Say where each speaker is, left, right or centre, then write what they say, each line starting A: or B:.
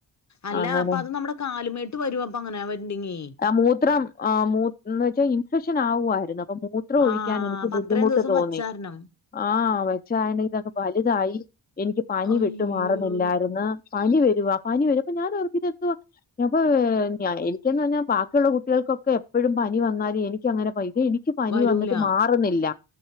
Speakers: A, on the left; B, on the left.
A: അല്ല
B: അങ്ങനെ
A: അപ്പൊ അത് നമ്മുടെ കാലമേട്ട് വരും അപ്പ അങ്ങനെ വരുണ്ടെങ്ങി
B: മൂത്രം ആ മൂ ന്നട്ട് ഇൻഫക്ഷൻ ആവുമായ്ര് പ്പം മൂത്രം
A: ആ
B: ഒഴിക്കാൻ എനിക്ക്
A: അപ്പൊ
B: ബുദ്ധിമുട്ട്
A: അത്രയും ദിവസം
B: തോന്നി
A: വച്ചാരണം
B: ആ വെച്ചാരണം തൊക്കെ വലുതായി എനിക്ക് പനി
A: അയ്യോ
B: വിട്ടു മാറുന്നില്ലായിരുന്നു പനി വെ വ പനി വരുമ്പോ ഞാനോർക്കും ഇതെന്തു വാ അപ്പൊ എനിക്കെന്ന് പറഞ്ഞാൽ ബാക്കിയുള്ള കുട്ടികൾക്കൊക്കെ എപ്പോഴും പനി വന്നാലും എനിക്ക് അങ്ങനെ പയ് എനി എനിക്ക് പനി
A: വരൂല
B: വന്നിട്ട് മാറുന്നില്ല